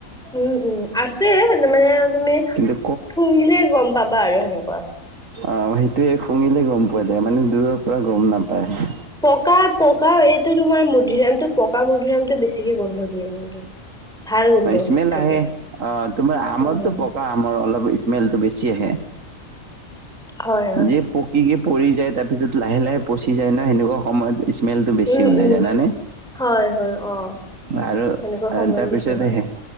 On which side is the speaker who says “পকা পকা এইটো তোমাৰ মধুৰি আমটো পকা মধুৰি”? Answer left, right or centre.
Centre